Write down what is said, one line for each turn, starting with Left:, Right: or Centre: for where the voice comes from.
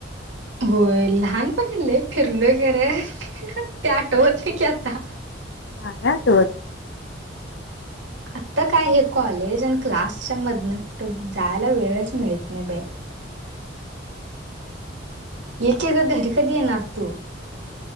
Right: होय लहानपनी लय फिरलोय खर ते आठवत नाही की आता
Left: हा या त होत
Right: आता काय हे कॉलेज आणि क्लासच्या मधनं कुठं जायला वेळच मिळत नाही बाई एके तर घरी कधी येणार तू